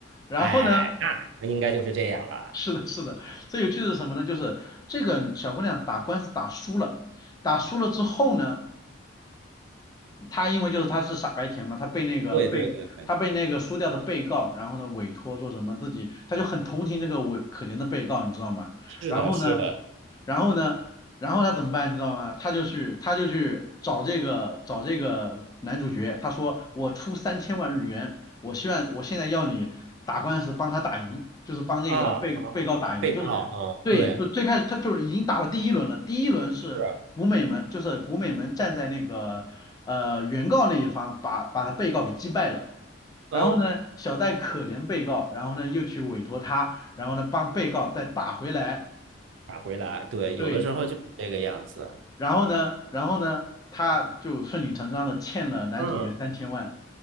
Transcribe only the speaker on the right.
哎，那应该就是这样了。
对对对对，
是的，
是的，
啊啊，啊被告啊，
对，
是，
嗯，
打回来，对，
有的时候就是这个样子。
嗯